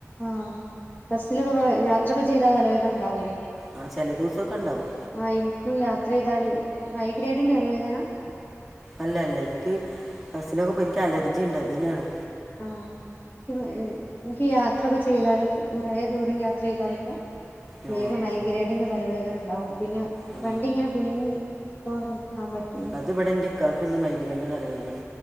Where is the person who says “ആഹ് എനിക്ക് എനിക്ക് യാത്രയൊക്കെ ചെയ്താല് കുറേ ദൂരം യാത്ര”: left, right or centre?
Left